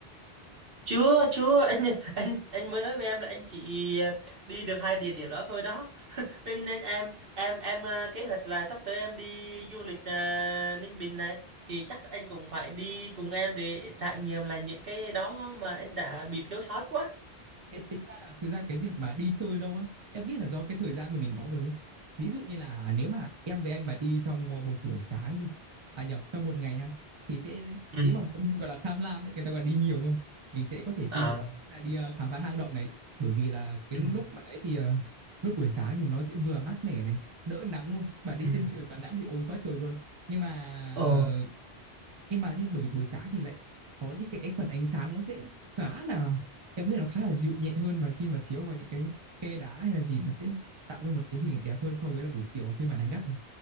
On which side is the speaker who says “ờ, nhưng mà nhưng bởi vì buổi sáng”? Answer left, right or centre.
Right